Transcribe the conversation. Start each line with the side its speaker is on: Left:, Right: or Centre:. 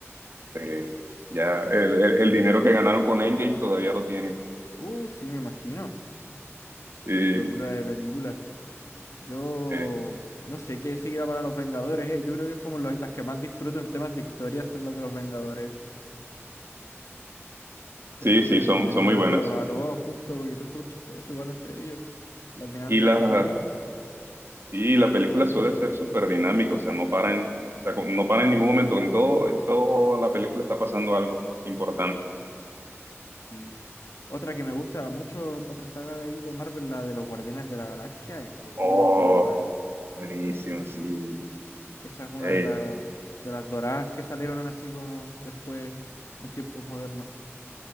Right: Se- ya el, el- el dinero que ganaron con Endgame todavía lo tienen.
Left: Uh, sí, me imagino.
Right: Y,
Left: Locura de película. Yo
Right: eh,
Left: no sé qué seguirá para los Vengadores, eh. Yo creo que es como la- las que más disfruto en temas de historia son las de los Vengadores.
Right: sí,
Left: Es súper
Right: sí,
Left: entretenido
Right: son, son muy
Left: verlos
Right: buenas.
Left: a todos juntos porque son súper chistosos igual entre ellos. Las dinámicas
Right: Y las,
Left: que tienen.
Right: Sí, la película suele ser súper dinámica, o sea, no para en, o sea, como- no para en ningún momento, en todo, en toda la película está pasando algo importante.
Left: Sí. Otra que me gusta mucho, otra saga de ahí de Marvel, la de los Guardianes de la Galaxia, es buenísima
Right: Oh,
Left: igual.
Right: buenísimo, sí.
Left: Esa es una
Right: Ey,
Left: de, la- de las doradas que salieron así como después, en tiempos modernos.